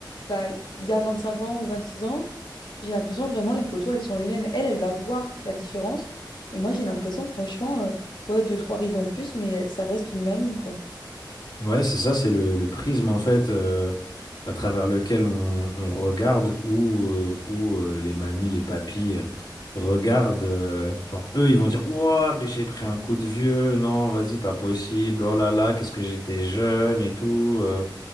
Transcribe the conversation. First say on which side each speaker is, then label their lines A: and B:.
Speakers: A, on the left; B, on the left.
A: bah, il y a 25 ans ou 26 ans, j'ai l'impression vraiment les photos, elles sont les mêmes. Elle, elle va voir la différence. Et moi, j'ai l'impression, franchement, euh, ouais, deux, trois rides en plus, mais ça reste une mamie, quoi.
B: Ouais, c'est ça, c'est le, le prisme, en fait, euh, à travers lequel on, on regarde où, euh, où euh, les mamies, les papis euh, regardent. euh, genre, eux, ils vont dire, Ouah, mais j'ai pris un coup de vieux. Non, vas-y, pas possible. Oh là là, qu'est-ce que j'étais jeune et tout. euh,